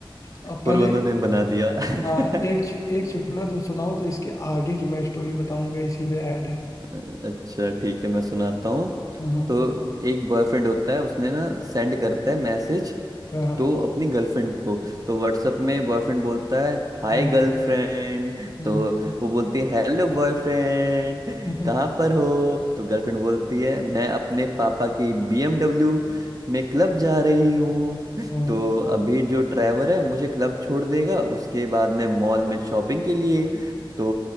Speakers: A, on the left; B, on the right.
A: अब पहले
B: और उन्होंने बना दिया <laughs>
A: आ, एक चु- एक चुटकुला तो सुनाओ तो इसके आगे की मैं स्टोरी बताऊंगा इसी में ऐड है
B: अच्छा ठीक है मैं सुनाता हूँ
A: हम्म
B: तो एक बॉयफ्रेंड होता है उसने ना सेंड करता है मैसेज
A: हाँ हाँ,
B: तो अपनी गर्लफ्रेंड को तो व्हाट्सएप में बॉयफ्रेंड बोलता है हाय
A: हम्म
B: गर्लफ्रेंड
A: हम्म
B: तो वो बोलती है हेलो बॉयफ्रेंड
A: हम्म,
B: कहाँ पर हो तो गर्लफ्रेंड बोलती है मैं अपने पापा की बीएमडब्ल्यू में क्लब जा रही हूँ
A: हम्म,
B: तो अभी जो ड्राइवर है मुझे क्लब छोड़ देगा उसके बाद मैं मॉल में शॉपिंग के लिए तो